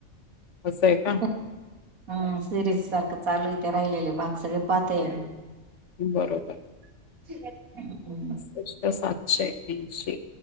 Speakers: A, on the left; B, on the right.
A: असं आहे का?
B: हम्म सिरीज सारखं चालू आहे राहिलेले भाग सगळे पाहतेय आम्ही.
A: बरोबर.
B: <unintelligible>
A: पृष्ट सातशे ऐशी